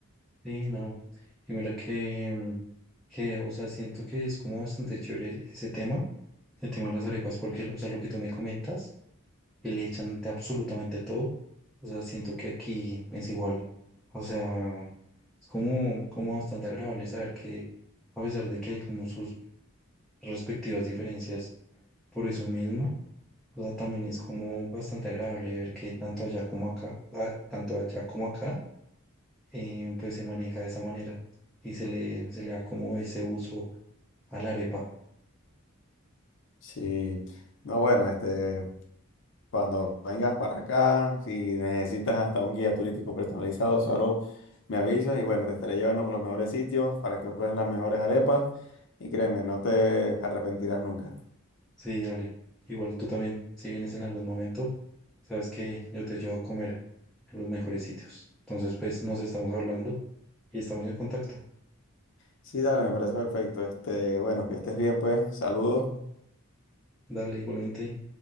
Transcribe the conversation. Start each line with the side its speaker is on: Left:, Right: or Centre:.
Centre: Sí, no. Y mira que, mm, que, o sea, siento que es como bastante chévere ese tema, el tema de las arepas, porque, o sea, lo que tú me comentas. que le echan de absolutamente todo. O sea, siento que aquí es igual. O sea, es como, como bastante agradable saber que a pesar de que hay como sus respectivas diferencias por eso mismo, o sea, también es como bastante agradable ver que tanto allá como acá, ah, tanto allá como acá, eh, pues se maneja de esa manera y se le, se le da como ese uso a la arepa.
Left: Sí, no, bueno, este, cuando vengas para acá, si necesitas hasta un guía turístico personalizado, solo me avisas y bueno, te estaré llevando por los mejores sitios para que pruebes las mejores arepas y créeme, no te arrepentirás nunca.
Centre: Sí, dale. Igual tú también, si vienes en algún momento, sabes que yo te llevo a comer en los mejores sitios. Entonces, pues nos estamos hablando y estamos en contacto.
Left: Sí, dale, me parece perfecto. Este, bueno, que estés bien, pues, saludos
Centre: Dale, igualmente.